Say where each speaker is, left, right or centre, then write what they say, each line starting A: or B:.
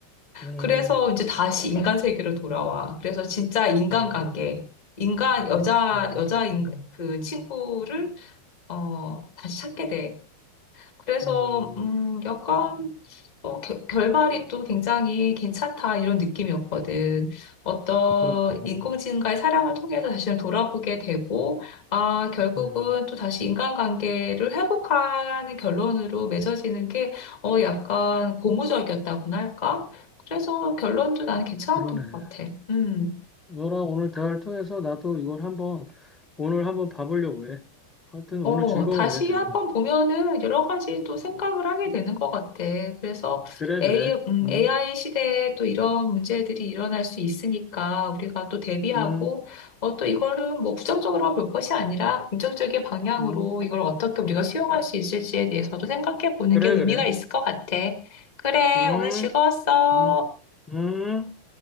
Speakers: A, on the left; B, on the left.
A: 음,
B: 그래서 이제 다시 인간 세계로 돌아와. 그래서 진짜 인간관계,
A: 음,
B: 인간 여자
A: 음,
B: 여자 인, 그 친구를 어 다시 찾게 돼. 그래서
A: 음.
B: 음, 약간 어, 겨- 결말이 또 굉장히 괜찮다 이런 느낌이었거든. 어떤
A: 그렇구나.
B: 인공지능과의 사랑을 통해서 자신을 돌아보게 되고, 아, 결국은
A: 음,
B: 또 다시 인간관계를 회복하는 결론으로 맺어지는 게 어, 약간 고무적이었다고나 할까? 그래서 결론도 나는 괜찮았던
A: 그러네.
B: 것 같아. 음.
A: 너랑 오늘 대화를 통해서 나도 이걸 한번, 오늘 한번 봐보려고 해. 하여튼
B: 어,
A: 오늘 즐거웠네,
B: 다시
A: 대화가.
B: 한번 보면은 여러 가지 또 생각을 하게 되는 것 같아. 그래서
A: 그래,
B: A,
A: 그래.
B: 음,
A: 음,
B: i 시대에 또 이런 문제들이 일어날 수 있으니까 우리가 또 대비하고,
A: 음,
B: 어, 또 이거를 뭐 부정적으로만 볼 것이 아니라 긍정적인 방향으로
A: 음.
B: 이걸 어떻게 우리가 수용할 수 있을지에 대해서도 생각해 보는
A: 그래,
B: 게 의미가
A: 그래.
B: 있을 것 같아. 그래,
A: 음,
B: 오늘 즐거웠어.
A: 음, 음.